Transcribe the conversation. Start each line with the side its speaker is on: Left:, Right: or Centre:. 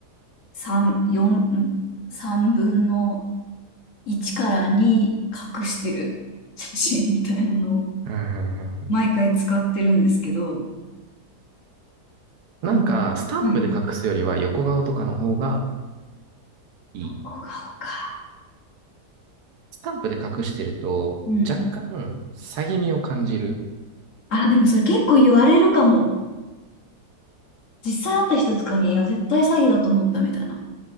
Left: 3、4、3分の1から2隠してる写真みたいなのを
Right: うんうんうん。
Left: 毎回使ってるんですけど、
Right: なんか、
Left: うん、
Right: スタンプで隠すよりは横顔とかの方が
Left: はい。
Right: いい。
Left: ここが青か。
Right: スタンプで隠してると、
Left: うん。
Right: 若干、詐欺味を感じる、
Left: あ、でもそれ結構言われるかも。実際会った人とかに、いや、絶対詐欺だと思ったみたいな。